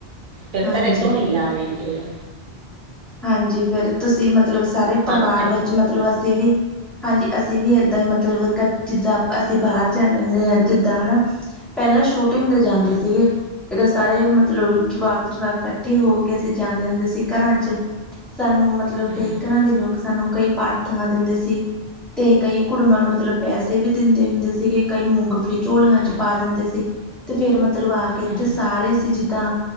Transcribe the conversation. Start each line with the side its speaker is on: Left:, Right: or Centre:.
Right: ਫੇਰ
Centre: ਹਾਂਜੀ
Right: ਘਰੇ ਧੂਣੀ ਲਾ ਲੈਂਦੇ ਆ
Centre: ਹਾਂਜੀ ਫੇਰ ਤੁਸੀਂ ਮਤਲਬ ਸਾਰੇ
Right: ਪਾਥੇ
Centre: ਪਰਵਾਰ ਵਿੱਚ ਮਤਲਬ ਅਸੀਂ ਵੀ ਹਾਂਜੀ ਅਸੀਂ ਵੀ ਏਦਾਂ ਈ ਮਤਲਬ ਕ ਜਿੱਦਾਂ ਅਸੀਂ ਬਾਰ ਜਾਨੇ ਹੁੰਨੇ ਆਂ ਜਿੱਦਾਂ ਹਨਾ ਪੈਲਾਂ ਸ਼ੋਟੇ ਹੁੰਦੇ ਜਾਂਦੇ
Right: ਹਾਂਜੀ
Centre: ਸੀਗੇ ਦਾ ਸਾਰੇ ਮਤਲਬ ਜਵਾਕ-ਜਵਾਕ ਕੱਠੇ ਹੋ ਕੇ ਅਸੀਂ ਜਾਂਦੇ ਹੁੰਦੇ ਸੀ ਘਰਾਂ 'ਚ ਸਾਨੂੰ ਮਤਲਬ
Right: ਹਾਂਜੀ
Centre: ਕਈ ਘਰਾਂ ਦੇ ਲੋਕ ਸਾਨੂੰ ਕਈ ਪਾਥਾਂ ਦਿੰਦੇ ਸੀ ਤੇ ਕਈ ਕੁੜੀਆਂ ਨੂੰ ਮਤਲਬ ਪੈਸੇ ਵੀ ਦਿੰਦੇ ਹੁੰਦੇ ਸੀਗੇ, ਕਈ ਮੂੰਗਫਲੀ ਝੋਲੀਆਂ 'ਚ
Right: ਹਾਂਜੀ
Centre: ਪਾ ਦਿੰਦੇ ਸੀ। ਤੇ ਫੇਰ ਮਤਲਬ ਆ ਕੇ ਇੱਥੇ
Right: ਹਾਂਜੀ
Centre: ਸਾਰੇ ਅਸੀਂ ਜਿੱਦਾਂ